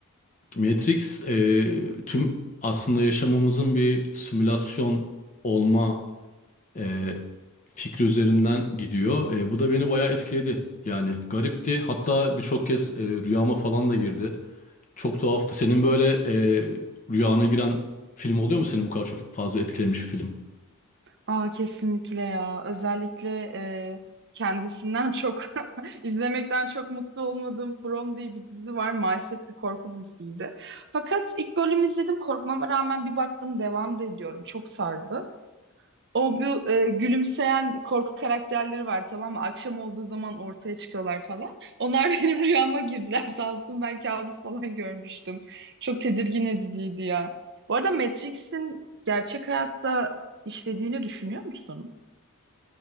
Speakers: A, on the left; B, on the right.
A: Matrix e, tüm aslında yaşamımızın bir simülasyon olma e, fikri üzerinden gidiyor. E, bu da beni bayağı etkiledi. Yani garipti. Hatta birçok kez e, rüyama falan da girdi. Çok tuhaftı. Senin böyle e, rüyana giren film oluyor mu? Seni bu kadar çok fazla etkilemiş bir film.
B: Aa, kesinlikle ya. Özellikle e, kendisinden çok <laughs> izlemekten çok mutlu olmadığım From diye bir dizi var. Maalesef bir korku dizisiydi. Fakat ilk bölümü izledim. Korkmama rağmen bir baktım devam da ediyorum. Çok sardı. O bu e, gülümseyen korku karakterleri var tamam mı? Akşam olduğu zaman ortaya çıkıyorlar falan. Onlar <laughs> benim rüyama girdiler sağ olsun. Ben kabus falan görmüştüm. Çok tedirgin ediciydi ya. Bu arada Matrix'in gerçek hayatta işlediğini düşünüyor musun?